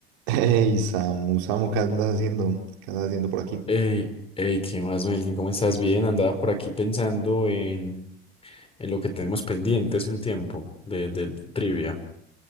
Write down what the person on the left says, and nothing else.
Hey, hey, ¿qué más, Melkin? ¿Cómo estás? Bien, andaba por aquí pensando en, en lo que tenemos pendiente hace un tiempo de, de trivia.